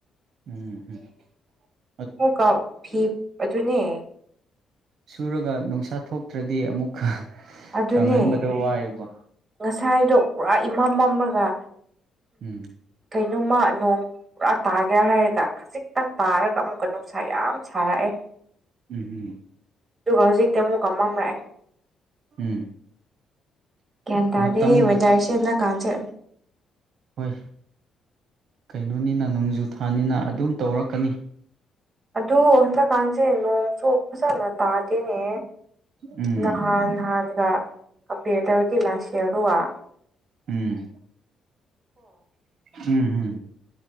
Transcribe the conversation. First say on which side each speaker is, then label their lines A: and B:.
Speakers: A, on the right; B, on the right.
A: ꯎꯝ ꯎꯝ
B: ꯑꯣ ꯀꯥ ꯐꯤ ꯑꯗꯨ ꯑꯗꯨꯅꯦ
A: ꯁꯨꯔꯒ ꯅꯨꯡꯁꯥ ꯊꯣꯛꯇ꯭ꯔꯗꯤ ꯑꯃꯨꯛ
B: ꯑꯗꯨꯅꯦ
A: ꯀꯪꯍꯟꯕꯗꯣ ꯋꯥꯏꯑꯕ
B: ꯉꯁꯥꯏꯗꯣ ꯄꯨꯔꯥ ꯏꯃꯝ ꯃꯝꯂꯒ
A: ꯎꯝ
B: ꯀꯩꯅꯣꯝꯃ ꯅꯣꯡ ꯄꯨꯔꯥ ꯇꯥꯒꯦ ꯍꯥꯏꯔꯒ ꯈꯖꯤꯛꯇꯪ ꯇꯥꯔꯒ ꯑꯃꯨꯛꯀ ꯅꯨꯡꯁꯥ ꯌꯥꯝ ꯁꯥꯔꯛꯑꯦ
A: ꯎꯝ ꯎꯝ
B: ꯑꯗꯨꯒ ꯍꯧꯖꯤꯛꯇꯤ ꯑꯃꯨꯛ ꯀꯃꯝꯂꯑꯦ
A: ꯎꯝ
B: ꯒ꯭ꯌꯥꯟ ꯇꯥꯗꯦ
A: ꯃꯇꯝ
B: ꯋꯦꯗꯔꯁꯦ ꯍꯟꯗꯛꯀꯥꯟꯁꯦ
A: ꯍꯣꯏ ꯀꯩꯅꯣꯅꯤꯅ ꯅꯣꯡꯖꯨ ꯊꯥꯅꯤꯅ ꯑꯗꯨꯝ ꯇꯧꯔꯛꯀꯅꯤ
B: ꯑꯗꯨ ꯍꯟꯗꯛ ꯀꯥꯟꯁꯦꯩꯅꯣ ꯁꯣ ꯁꯥꯥꯅ ꯇꯥꯗꯦꯅꯦ
A: ꯎꯝ
B: ꯅꯍꯥꯟ ꯅꯍꯥꯟꯒꯕꯦꯇ ꯏꯂꯥꯁꯤꯌꯥꯔꯨ ꯑꯣ
A: ꯎꯝ ꯎꯝ ꯍꯝ